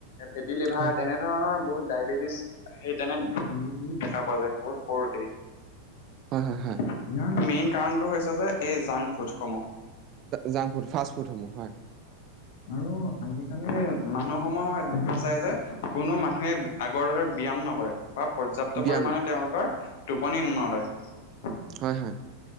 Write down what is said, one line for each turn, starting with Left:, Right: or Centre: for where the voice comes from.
Left: ফেটি লিভাৰ
Right: হয়
Left: তেনেধৰণৰ বহুত ডায়বেটিছ সেই তেনে দেখা পোৱা যায় বহুত সৰুতেই। ইয়াৰ
Right: হয় হয় হয়
Left: মেইন কাৰণটো হৈছে যে এই জাংক ফুড সমূহ।
Right: জাংক-ফুড, ফাষ্ট-ফুডসমূহ হয়।
Left: আৰু আজিকালি মানুহ <unintelligible> দেখা যায় যে কোনো মানুহে আগৰ দৰে ব্যায়াম নকৰে বা পৰ্যাপ্ত
Right: ব্যায়াম
Left: পৰিমাণে তেওঁলোকৰ টোপনি নলয়।
Right: হয় হয়